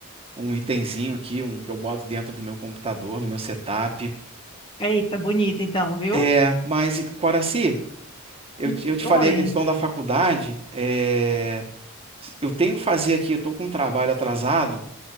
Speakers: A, on the right; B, on the left.
A: um itemzinho aqui, um que eu boto dentro do meu computador, no meu setup.
B: Eita, bonito então, viu?
A: É, mas, Coraci, eu,
B: Hum,
A: te- eu te
B: Oi.
A: falei a questão da faculdade. é, eu tenho que fazer aqui, eu tô com um trabalho atrasado.